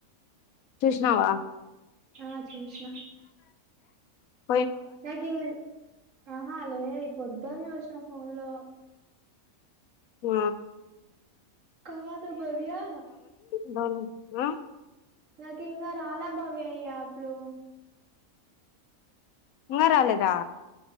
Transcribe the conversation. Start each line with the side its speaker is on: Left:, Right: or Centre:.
Left: చూష్ణావ.
Right: అ చూసినా
Left: ఏ
Right: నకి ఆహా లేధు ఐపి పొద్దున్న చూసిన ఫోన్ లో
Left: ఆ
Right: కాదు భవ్యా
Left: బను ఆ
Right: నాకు ఇంకా రాలా భవ్య ఈ యాప్లు
Left: ఉంగరాలదా